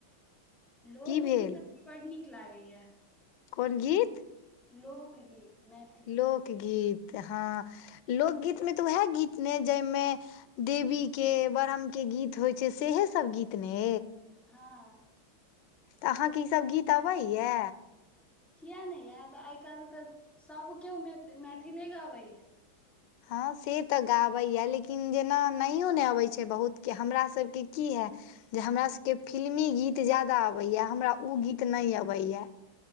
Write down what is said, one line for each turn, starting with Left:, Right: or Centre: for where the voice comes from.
Centre: लोकगीत
Left: की भेल
Centre: हमरा बड्ड नीक लागैए
Left: कोन गीत
Centre: लोकगीत मै
Left: लोकगीत हँ लोकगीत मे तऽ उएह गीत ने जाहिमे देवी के ब्रह्मम के गीत होइ छै सहे सभ गीत ने
Centre: हँ
Left: तऽ अहाँके ई सभ गीत अबैया
Centre: किया नहि यएतऽ आइ काल्हि तऽ सभ केओ मैथिले गबैए
Left: हँ से तऽ गाबैए लेकिन जेना नहियओ नय अबैत छै बहुत के हमरा सभ के की हए जे हमरा सभ के फिल्मी गीत ज्यादा अबैए हमरा ओ गीत नय अबैए